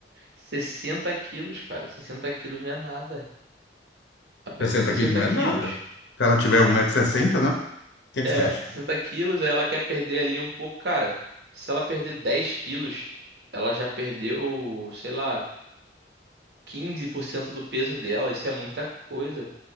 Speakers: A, on the right; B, on the left.
A: 60 quilos, cara. sessenta quilos não é nada. A pessoa
B: 60
A: tem 60
B: quilos não é
A: quilos,
B: nada. Se ela tiver um 160 sessenta, né? O que é que
A: é,
B: você acha?
A: 60 quilos, aí ela quer perder ali um pouco. Cara, se ela perder 10 quilos, ela já perdeu, sei lá, 15% do peso dela. Isso é muita coisa.